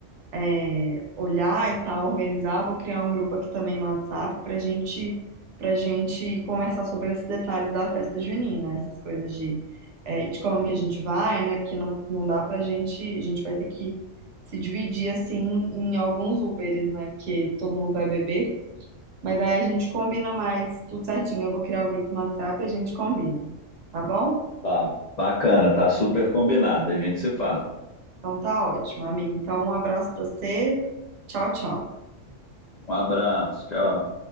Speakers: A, on the right; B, on the left.
A: é, olhar e tal, organizar. Vou criar um grupo aqui também no WhatsApp pra gente pra gente conversar sobre esses detalhes da festa junina, essas coisas de, é, de como que a gente vai, né? Porque não, não dá pra gente, a gente vai ter que se dividir assim em alguns Uberes, né? Porque todo mundo vai beber. Mas aí a gente combina mais tudo certinho. Eu vou criar o grupo no WhatsApp e a gente combina. Tá bom?
B: tá, bacana, tá super combinado. A gente se fala.
A: Então tá ótimo, amigo. Então um abraço pra você. Tchau, tchau.
B: Um abraço, tchau.